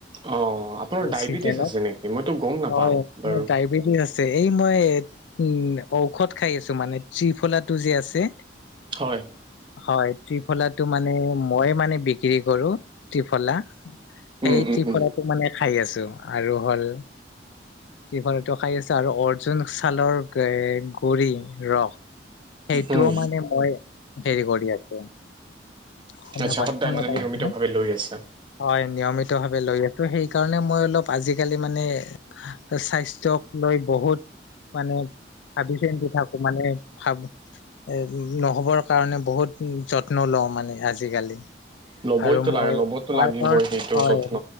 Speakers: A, on the right (about 25°); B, on the left (about 80°).
A: অ আপোনাৰ ডায়বেটিছ
B: চিজনত,
A: আছে নেকি মইতো গম নাপাওঁ
B: হয়
A: বাৰু
B: মোৰ ডায়বেটিছ আছে। এই মই উ ঔষধ খাই আছো মানে ত্ৰিফলা টো যে আছে।
A: হয়
B: হয় ত্ৰিফলাটো মানে মই মানে বিক্ৰী কৰো ত্ৰিফলা। সেই
A: উম উম
B: ত্ৰিফলা
A: উম
B: টো মানে খাই আছোঁ আৰু হ'ল ট্ৰিফলাটো খাই আছো আৰু অৰ্জুন ছালৰ এ গুৰি ৰস সেইটোও
A: উম
B: মানে মই হেৰি কৰি আছো। শুনা
A: আচ্ছা
B: পায়
A: সদায়
B: শুনা
A: মানে
B: পাইছে
A: নিয়মিতভাৱে
B: নে?
A: লৈ আছে
B: হয় নিয়মিত ভাৱে লৈ আছো। সেইকাৰণে মই অলপ আজিকালি মানে স্বাস্থ্যক লৈ বহুত মানে ভাবি চিন্তি থাকো। মানে ভাব এ নহবৰ কাৰণে বহুত যত্ন লওঁ মানে আজিকালি।
A: ল'বইতো
B: আৰু মই
A: লাগে ল'বতো
B: তাৰ
A: লাগিবই
B: কাৰ
A: সেইটো
B: হয়
A: যত্ন